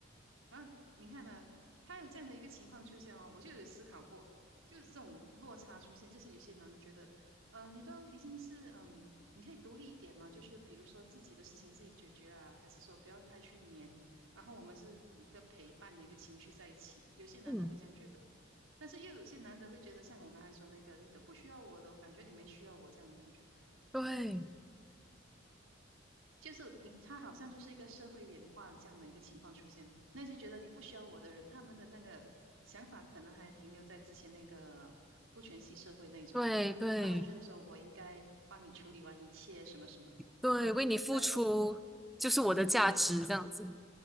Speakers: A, on the right; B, in the centre.
A: 然后你看呢、他有这样的一个情况出现哦，我就有思考过，就是这种落差出现，就是有些男的觉得，呃，你都已经是嗯，你可以独立一点嘛，就是比如说自己的事情自己解决啊，还是说不要太去黏，然后我们是以一个陪伴的一个情绪在一起，有些男的会这样觉得，
B: 嗯，
A: 但是又有些男的会觉得，像我刚才说那个，你都不需要我的，我感觉你没需要我这样的感觉。
B: 对
A: 就是你，他好像就是一个社会演化这样的一个情况出现。那些觉得你不需要我的人，他们的那个想法可能还停留在之前那个父权系社会那一种，
B: 对对
A: 然后他就觉得说我应该帮你处理完一切什么什么，
B: 对，为你付出就是我的价值，
A: 呃，对，
B: 这样子，